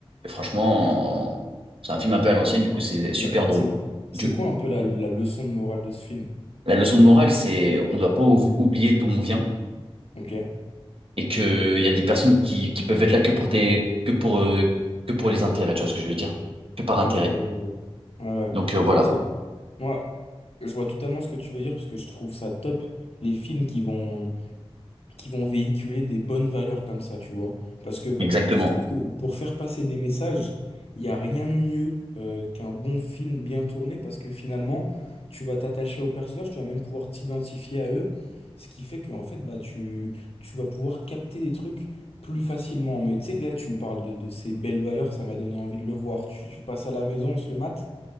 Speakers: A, on the right; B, on the left.
A: franchement, c'est un film un peu à l'ancienne, du coup, c'est super
B: Bah, c'est
A: drôle.
B: quoi, c'est
A: Du-
B: quoi un peu la, la leçon de morale de ce film?
A: La leçon de morale, c'est on ne doit pas ou- oublier d'où on vient
B: Ok,
A: et que il y a des personnes qui, qui peuvent être là que pour tes, que pour, euh, que pour les intérêts, tu vois ce que je veux dire? Que par
B: ok,
A: intérêt.
B: ouais, je vois. Ouais, ouais.
A: Donc euh, voilà,
B: Toi, c'est, moi, je vois totalement ce que tu veux dire parce que je trouve ça top, les films qui vont qui vont véhiculer des bonnes valeurs comme ça, tu vois. Parce que
A: exactement.
B: je trouve que pour faire passer des messages, il n'y a rien de mieux euh, qu'un bon film bien tourné parce que finalement, tu vas t'attacher aux personnages, tu vas même pouvoir t'identifier à eux, ce qui fait qu'en fait, bah, tu, tu vas pouvoir capter des trucs plus facilement. Mais tu sais que là, tu me parles de, de ces belles valeurs, ça m'a donné envie de le voir. Tu, tu passes à la maison, on se le mate?